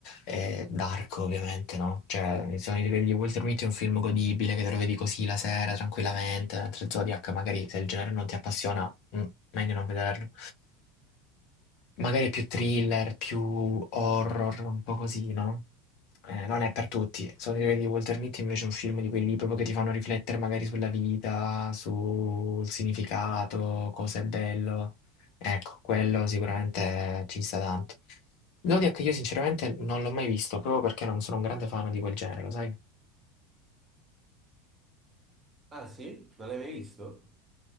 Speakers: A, on the left; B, on the right.
A: eh, dark, ovviamente, no? Cioè, i sogni di Walter Mitty è un film godibile che te lo vedi così la sera, tranquillamente, mentre Zodiac magari se il genere non ti appassiona, mm, meglio non vederlo. Magari più thriller, più horror, un po' così, no? Eh, non è per tutti. Sono i libri di Walter Mitty invece è un film di quelli lì proprio che ti fanno riflettere magari sulla vita, sul significato, cosa è bello. Ecco, quello sicuramente ci sta tanto. Zodiac io sinceramente non l'ho mai visto, proprio perché non sono un grande fan di quel genere, lo sai?
B: Ah sì? Non l'hai mai visto?